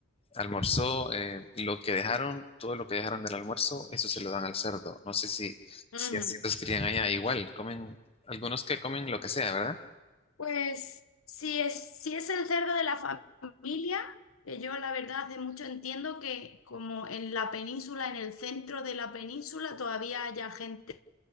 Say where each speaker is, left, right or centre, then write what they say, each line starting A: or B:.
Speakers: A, on the left (about 25°); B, on the left (about 80°).
A: Almorzó, eh, lo que dejaron, todo lo que dejaron del almuerzo, eso se lo dan al cerdo. No sé si,
B: Ujú.
A: si así los crían allá. Igual, comen, algunos que comen lo que sea, ¿verdad?
B: Pues si es, si es el cerdo de la familia, que yo la verdad hace mucho entiendo que como en la península, en el centro de la península, todavía haya gente